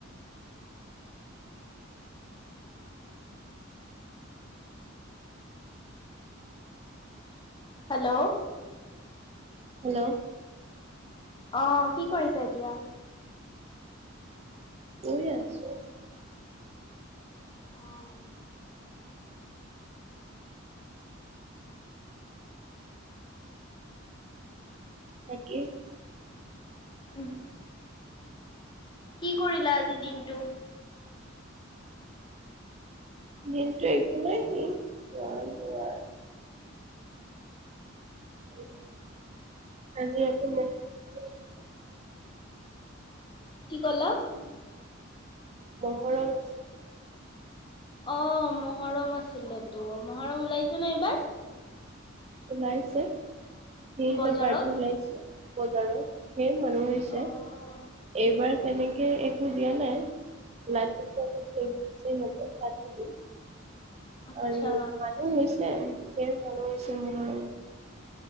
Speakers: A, on the left; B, on the right.
A: হেল্ল'!
B: হেল্ল'!
A: অ', কি কৰিছা এতিয়া?
B: শুই আছোঁ।
A: অ'।
B: বাকী
A: উম। কি কৰিলা আজি দিনটো?
B: দিনটো একো নাই, এই খোৱা, বোৱা <unintelligible> আজি আকৌ মহ <unintelligible>
A: কি ক'লা?
B: মহৰম আছে।
A: অ', মহৰম আছিলেতো, মহৰম ওলাইছেনে এইবাৰ?
B: ওলাইছে, কেইটা
A: বজাৰত?
B: পাৰ্টি ওলাইছে, বজাৰত? ধেৰ মানুহ হৈছে,
A: অ',
B: এইবাৰ তেনে কে, একো দিয়া নাই? লাঠি বিলাকত থৈছে সিহঁতে, <unintelligible>
A: আচ্ছা
B: আৰু মানুহ হৈছে, ধেৰ মানুহ হৈছে মহৰমৰ।